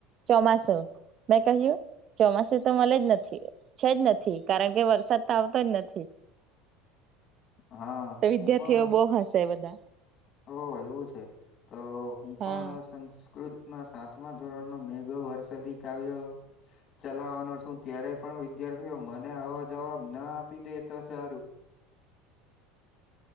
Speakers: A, on the right (about 45°); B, on the left (about 45°).
A: ચોમાસું મેં કહ્યું ચોમાસું તો મળેજ નથી. છે જ નથી કારણ કે વરસાદ તો આવતોજ નથી.
B: હા.
A: તો વિદ્યાર્થીઓ
B: હું પણ
A: બહુ હશે બધા
B: હો એવું છે તો હું
A: હા
B: પણ સંસ્કૃત ના સાતમા ધોરણમાં મેઘો વરસાદી કાવ્યો ચલાવવાનો છું ત્યારે પણ વિદ્યાર્થીઓ મને આવો જવાબ ના આપી દે તો સારું